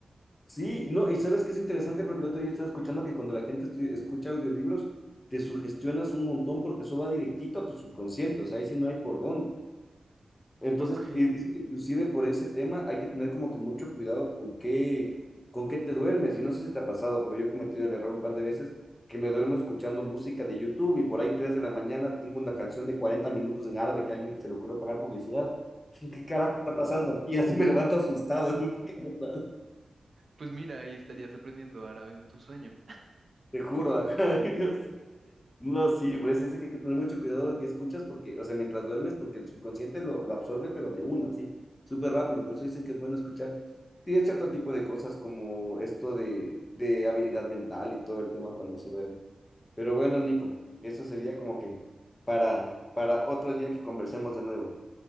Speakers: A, on the left; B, on the right.
A: Sí, no, y sabes que es interesante porque el otro día estaba escuchando que cuando la gente estu- escucha audiolibros, te sugestionas un montón porque eso va directito a tu subconsciente, o sea, ahí sí no hay por dónde. Entonces,
B: Ok,
A: y dice que inclusive por ese tema hay que tener como que mucho cuidado con qué, con qué te duermes. Y no sé si te ha pasado, pero yo he cometido el error un par de veces que me duermo escuchando música de YouTube y por ahí 3 de la mañana tengo una canción de 40 minutos en árabe que a alguien se le ocurrió pagar publicidad. <laughs> ¿Qué carajo está pasando aquí? <laughs> Así me levanto asustado. <laughs> ¿Qué onda?
B: pues mira, ahí estarías aprendiendo árabe en tu sueño.
A: Te juro. <laughs> ajá. Dios. No, sí, pues es que hay que tener mucho cuidado de qué escuchas, porque, o sea, mientras duermes, porque el subconsciente lo, lo absorbe, pero de una, sí, súper rápido, por eso dicen que es bueno escuchar. Y hay cierto tipo de cosas como esto de, de habilidad mental y todo el tema cuando se duerme. Pero bueno, Nico, eso sería como que para, para otro día que conversemos de nuevo.